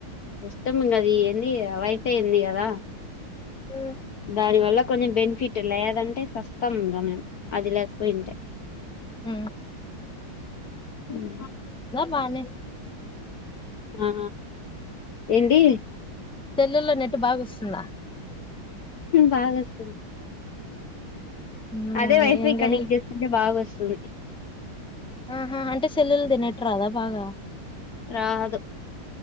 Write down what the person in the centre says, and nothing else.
ఉమ్
ఊ
బానే
సెల్లలో నెట్టు బాగుస్తుందా
ఉమ్
ఏంగయి
ఆహా అంటే సెల్లుంది నెట్ రాదా బాగా